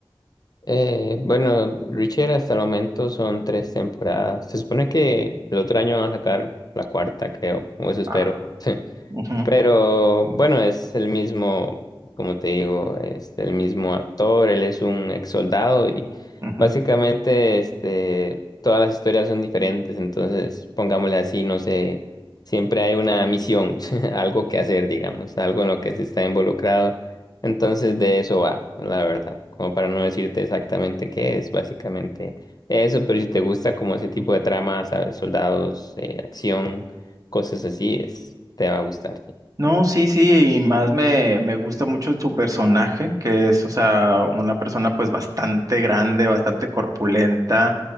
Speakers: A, on the left; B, on the right.
A: Eh, bueno, Richard, hasta el momento son tres temporadas. Se supone que el otro año van a sacar la cuarta, creo, o eso espero.
B: Ah,
A: <laughs>
B: Ujú,
A: Pero bueno, es el mismo, como te digo, es el mismo actor, él es un ex soldado y
B: ujú.
A: básicamente este, todas las historias son diferentes, entonces pongámosle así, no sé, siempre hay una misión, <laughs> algo que hacer, digamos, algo en lo que se está involucrado, entonces de eso va, la verdad, como para no decirte exactamente qué es, básicamente eso, pero si te gusta como ese tipo de trama, sabes, soldados, eh, acción, cosas así, es, te va a gustar.
B: No, sí, sí, y más me, me gusta mucho su personaje, que es, o sea, una persona pues bastante grande, bastante corpulenta